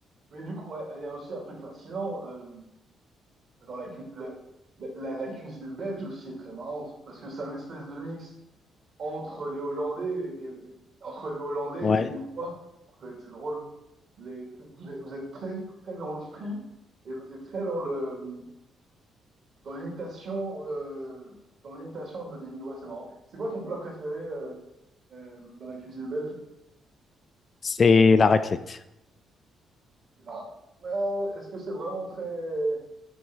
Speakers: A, on the right; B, on the left.
A: mais du coup, ouais, il y a aussi un truc fascinant euh, dans la, cu- la, la, la- la cuisine belge aussi est très marrante parce que c'est un espèce de mix entre les Hollandais et entre les Hollandais
B: Ouais.
A: et les Lillois. En fait, c'est drôle. Les, vous êtes, vous êtes très, très dans le free et, et très dans le dans l'imitation euh, dans l'imitation un peu des Lillois, c'est marrant. C'est quoi ton plat préféré euh, euh, dans la cuisine belge?
B: C'est la raclette.
A: Là, euh, est-ce que c'est vraiment très